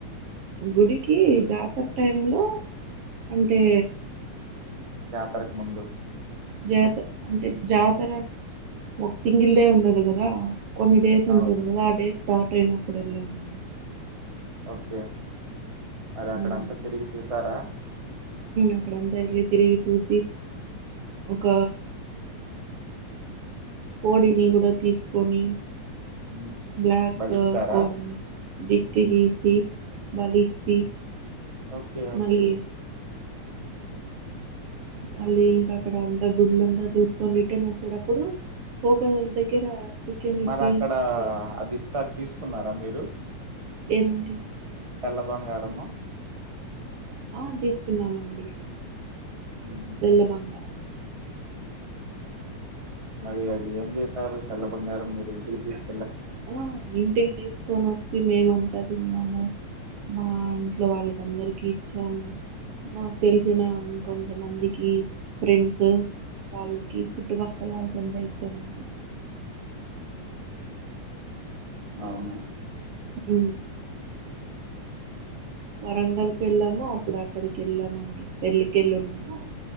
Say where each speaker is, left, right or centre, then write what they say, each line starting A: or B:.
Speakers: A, on the right; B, on the right.
A: గుడికి జాతర టైం లో అంటే
B: జాతరకు ముందు
A: జాతర అంటే జాతర ఒక సింగిల్ డే ఉండదు కదా కొన్ని డేస్ ఉంటది
B: అవును
A: కదా ఆ డే స్టార్ట్ అయినప్పుడు వెళ్లానండి
B: ఓకే అది అక్కడ
A: ఉమ్,
B: అంతా తిరిగి చూసారా
A: అక్కడంతా వెళ్ళి తిరిగి చూసి ఒక కోడిని కూడా తీసుకొని
B: హ్మ్.
A: బ్లాక్
B: బలిచ్చారా
A: కోడిని దిష్టి తీసి బలి ఇచ్చి
B: ఓకే ఓకే
A: మళ్ళీ మళ్ళీ ఇంకా అక్కడ అంతా గుళ్లంతా చూసుకొని రిటర్న్ వచ్చేటప్పుడు పోగద దగ్గర చికెన్
B: మరి
A: ఇచ్చి
B: అక్కడ
A: చేస్-
B: అది ఇస్తారు తీసుకున్నారా మీరు
A: ఏదండి
B: తెల్ల బంగారము
A: ఆ తీసుకున్నామండి
B: హ్మ్.
A: తెల్ల బంగారం
B: మరి అది ఏం చేశారు తెల్ల బంగారం మీరు ఇంటికి తీసు
A: ఆ ఇంటికి తీసుకొని వచ్చి మేమంతా తిన్నాము మా ఇంట్లో వాళ్ళకి అందరికి ఇచ్చాము నాకు తెలిసిన కొంత మందికి ఫ్రెండ్స్ వాళ్ళకి చుట్టుపక్కల వాళ్ళకి అంత ఇచ్చాము
B: అవును
A: ఉ వరంగల్ కి వెళ్ళాము అప్పుడు అక్కడికి వెళ్ళామండి పెళ్లికేళ్ళి ఉన్నాము